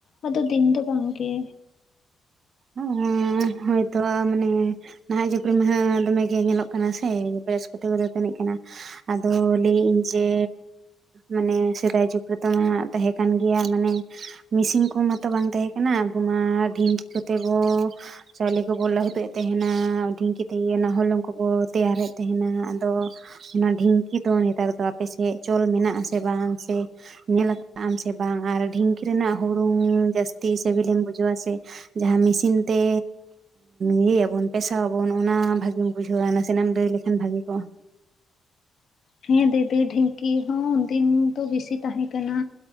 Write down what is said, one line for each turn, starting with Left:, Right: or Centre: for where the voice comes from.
Left: ᱟᱫᱚ ᱫᱤᱱ ᱫᱚ ᱵᱟᱝᱼᱜᱮ
Right: ᱚ ᱦᱩ ᱦᱳᱭᱛᱚ ᱢᱟᱱᱮ ᱱᱟᱦᱟᱜ ᱡᱩᱜᱽ ᱨᱮᱢᱟ ᱦᱟᱸᱜ ᱫᱚᱢᱮᱜᱮ ᱧᱮᱞᱚᱜ ᱠᱟᱱᱟ ᱥᱮ ᱵᱮᱨᱟᱥ ᱠᱚᱛᱮ ᱠᱚ ᱛᱟᱹᱱᱤᱜ ᱠᱟᱱᱟ᱾ ᱟᱫᱚ ᱞᱟᱹᱭᱮᱫ ᱟᱹᱧ ᱡᱮᱼᱼ ᱢᱟᱱᱮ ᱥᱮᱫᱟᱭ ᱡᱩᱜᱽ ᱨᱮᱫᱚ ᱦᱟᱸᱜ ᱛᱟᱦᱮᱸ ᱠᱟᱱ ᱜᱮᱭᱟ ᱢᱟᱱᱮ ᱢᱤᱥᱤᱱ ᱠᱚᱦᱚᱸ ᱢᱟᱛᱚ ᱵᱟᱝ ᱛᱟᱦᱮᱸ ᱮᱱᱟ ᱟᱵᱚ ᱢᱟ ᱰᱷᱤᱝᱠᱤ ᱠᱚᱛᱮ ᱵᱚ ᱪᱟᱣᱞᱮ ᱠᱚᱠᱚ ᱞᱟᱹᱦᱩᱫᱮᱫ ᱛᱟᱦᱮᱸᱱᱟ ᱰᱤᱷᱤᱝᱠᱤ ᱛᱮᱜᱮ ᱚᱱᱟ ᱦᱚᱞᱚᱝ ᱠᱚᱠᱚ ᱛᱮᱭᱟᱨᱮᱫ ᱛᱟᱦᱮᱫᱱᱟ ᱟᱫᱚ, ᱚᱱᱟ ᱰᱷᱤᱝᱠᱤ ᱫᱚ ᱱᱮᱛᱟᱨ ᱫᱚ ᱟᱯᱮᱥᱮᱫ ᱪᱚᱞ ᱢᱮᱱᱟᱜ ᱟᱥᱮ ᱵᱟᱝ᱾ ᱥᱮ ᱧᱮᱞ ᱟᱠᱟᱜ ᱟᱢ ᱥᱮ ᱵᱟᱝ ᱟᱨ ᱰᱷᱤᱝᱠᱤ ᱨᱮᱱᱟᱜ ᱦᱩᱲᱩᱝ ᱡᱟᱹᱥᱛᱤ ᱥᱤᱵᱤᱞᱮᱢ ᱵᱩᱡᱷᱟᱹᱣᱟ ᱥᱮ? ᱡᱟᱦᱟᱸ ᱢᱮᱥᱤᱱ ᱛᱮ ᱤᱭᱟᱹ ᱭᱟᱵᱚᱱ ᱯᱮᱥᱟᱣ ᱟᱵᱚᱱ ᱚᱱᱟ ᱵᱷᱟᱜᱤᱢ ᱵᱩᱡᱷᱟᱹᱣᱟ ᱱᱟᱥᱮᱱᱟᱜ ᱮᱢ ᱞᱟᱹᱭ ᱞᱮᱠᱷᱟᱱᱼᱼ ᱵᱷᱟᱹᱜᱤ ᱠᱚᱜ-ᱟ
Left: ᱦᱮᱸ ᱫᱤᱫᱤ ᱰᱷᱤᱝᱠᱤ ᱦᱚᱸ ᱩᱱᱫᱤᱱ ᱫᱚ ᱦᱤᱥᱤ ᱛᱟᱦᱮ ᱠᱟᱱᱟ